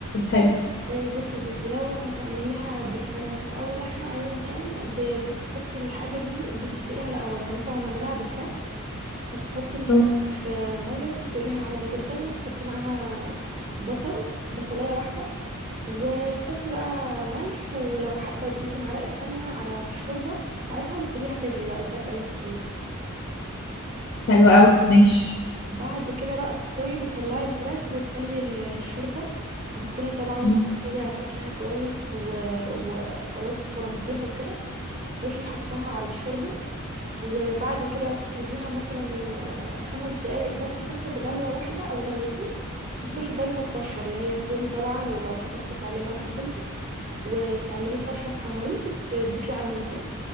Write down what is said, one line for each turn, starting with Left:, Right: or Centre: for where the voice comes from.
Left: حلو
Right: آه، بصي يا ستي لو هتعمليها بفراخ او لحمة ايا كان ب- بتحطي الحاجة دي بتسلقيها الاول يعني مثلا لو هنعملها بفراخ هتحطي الفراخ
Left: اه،
Right: في مية وتسلقيها عادي جدا وتحطي معاها بصل بصلاية واحدة وتحطي بقى ملح ولو حابة تضيفي معلقة سمنة على الشوربة بتاعتها وتسيبيها تغلي بقى لغاية لما تستوي
Left: حلو قوي ماشي
Right: بعد كده بقى بتستوي بتطلعي الفراخ وتخلي الشوربة بتكوني طبعا
Left: مم.
Right: الملوخية غسلها كويس و... وخلاص فرمتيها وكده تروحي حطها على الشوربة وبعد كده تسيبيها مثلا آه، خمس دقايق بس تاخد غلوة واحدة أو غلوتين وتروحي ضايفة الطشة اللي هي التوم طبعا ولو حابة تحطي عليه ملح وفلفل وتعمليه طشه تحمريه وتضيفيه على الملوخيه